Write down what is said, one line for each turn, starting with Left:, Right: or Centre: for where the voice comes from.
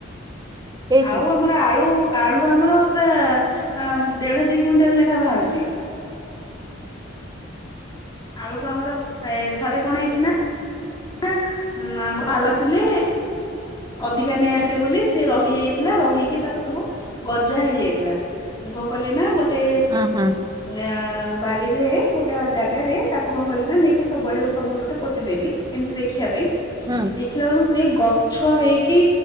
Right: ହେଇଛି।
Left: ଆଉ ଆମର ଆଳୁ ଆଳୁ ଆମର ପୁରା ଆଁ ଦେଢ ଦୁଇ କୁଇଣ୍ଟାଲ ଲେଖାଁ ବାହାରୁଚି। ଆଳୁକୁ ଆମର ଏ ଥରେ କଣ ହେଇଚି ନା ନା ଉଁ ମା ମୋ ପା ଆଳୁ ଆଣିଥିଲେ ଅଧିକା ନେଇ ଆସିଲେ ବୋଲି ସିଏ ରହିଯାଇଥିଲା ରହିକି ତାର ସବୁ ଗଜା ହେଇଯାଇଥିଲା। ମୁଁ କଣ କଲିିନା ଗୋଟେ
Right: ଉଁ ହୁଁ
Left: ଆଁ ବାଡିରେ ଗୋଟାକ ଜାଗାରେ ତାକୁ କଣ କଲି ନା ନେଇକି ସବୁଡଆ ସବୁ ଗୋଟେ ଗୋଟେ ପୋତିଦେଲି ଏମିତି ଦେଖ ଖିବା ପାଇଁ
Right: ହୁଁ
Left: ଦେଖିଲା ବେଳକୁ ସିଏ ଗଛ ହେଇକି